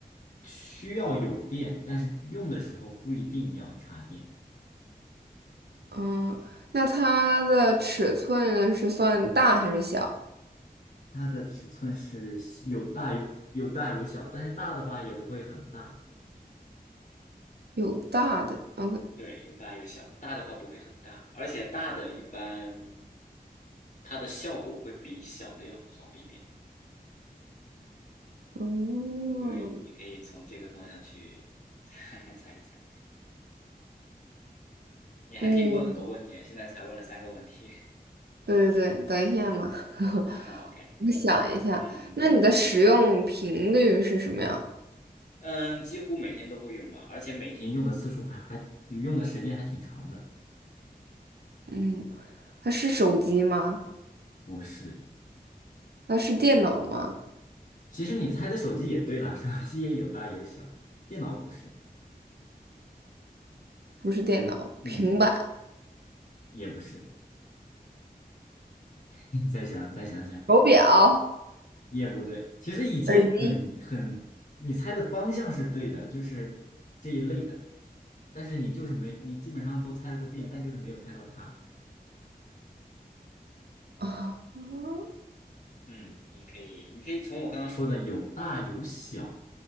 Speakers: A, on the left (about 50°); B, on the right (about 85°).
A: 需要有电，但是用的时候不一定要插电。
B: 嗯，那它的尺寸是算大还是小？
A: 它的尺寸是有大有有大有小，但是大的话也不会很大。
B: 有大的，OK，
A: 对，有大有小，大的话不会很大，而且大的一般它的效果会比小的要好一点。
B: 嗯
A: 对，你可以从这个方向去 <laughs> 猜一猜。你还可以问很多问题啊现在才问了三个问题。
B: 嗯，对对对，等一下嘛，<laughs>
A: <laughs> 啊 OK，
B: 我想一下。
A: 嗯嗯
B: 那你的使用频率是什么呀？
A: 嗯，嗯，几乎每天都会用吧，而且每天用的次数还还嗯用的时间还挺长的。
B: 嗯，它是手机吗？
A: 不是，
B: 它是电脑吗？
A: 其实你猜的手机也对啦，手机也有大有小，电脑不是，
B: 不是电脑，
A: 嗯，
B: 平板、
A: 也不是。<laughs> 再想再想想。
B: 手表、
A: 也不对，其实已经很很，
B: 耳机
A: 你猜的方向是对的，就是这一类的，但是你就是没，你基本上都猜了个遍，但就是没有猜到它。
B: 啊。嗯
A: 嗯，你可以，你可以从我刚刚说的有大有小，